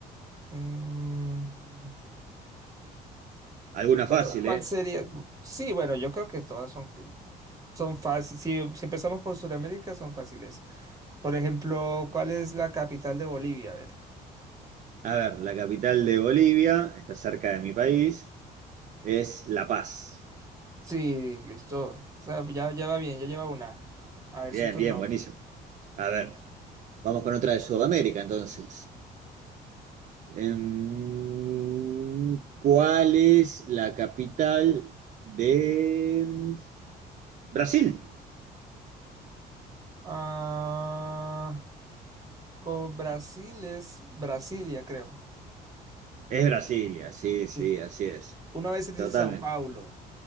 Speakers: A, on the right; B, on the right.
A: mm.
B: Alguna
A: Bueno,
B: fácil,
A: ¿cuál
B: ¿eh?
A: sería? Sí, bueno, yo creo que todas son, son fáciles. Si, si empezamos por Sudamérica, son fáciles. Por ejemplo, ¿cuál es la capital de Bolivia? A ver.
B: A ver, la capital de Bolivia, está cerca de mi país, es La Paz.
A: Sí, listo. O sea, ya, ya va bien, ya lleva una. A ver,
B: Bien,
A: su turno.
B: bien, buenísimo. A ver, vamos con otra de Sudamérica entonces. Em, ¿cuál es la capital de em, Brasil?
A: Ah, con Brasil es Brasilia, creo.
B: Es Brasilia, sí,
A: Sí,
B: sí, así es.
A: una vez se dice
B: Totalmente.
A: Sao Paulo,